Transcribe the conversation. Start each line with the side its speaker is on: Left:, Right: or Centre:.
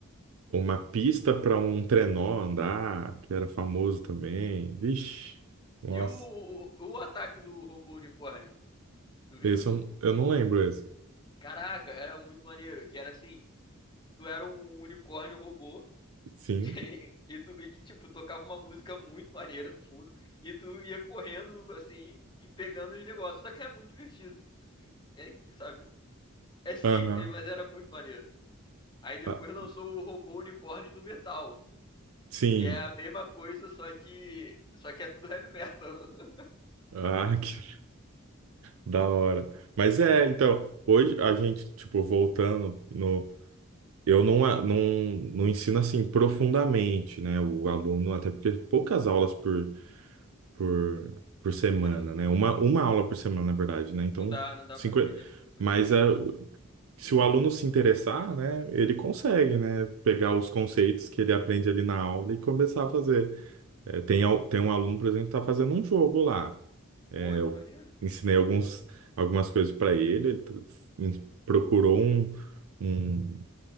Right: uma pista para um trenó andar, que era famoso também. Vixe, nossa.
Left: E o, o, o ataque do robô unicórnio, tu viu?
Right: Esse eu, n- eu não lembro esse.
Left: Caraca, era muito maneiro. Que era assim, tu era um unicórnio robô
Right: Sim.
Left: <laughs> E, tu, e, tipo, tocava uma música muito maneira no fundo, e tu ia correndo assim e pegando os negócios. Só que era muito divertido. É, é, sabe? É simples,
Right: Aham.
Left: mas era muito maneiro. Aí depois
Right: Ah,
Left: lançou o Robô Unicórnio do Metal,
Right: sim.
Left: que é a mesma coisa, só que só que é tudo heavy metal. <laughs>
Right: Ah, <laughs> que da hora. Mas é, então, hoje a gente, tipo, voltando no. Eu não, a- não, não ensino assim profundamente, né? O aluno, até porque poucas aulas por por, por semana,
Left: Você, mano,
Right: né? Uma, uma aula por semana, na verdade, né? Então,
Left: não dá, não dá
Right: 50,
Left: para aprender muita coisa.
Right: Mas ah, se o aluno se interessar, né, ele consegue, né, pegar os conceitos que ele aprende ali na aula e começar a fazer. Eh, tem, al- tem um aluno, por exemplo, que está fazendo um jogo lá. Eh,
Left: Pô, que
Right: eu
Left: maneiro.
Right: ensinei alguns, algumas coisas para ele, ele t- em- procurou um, um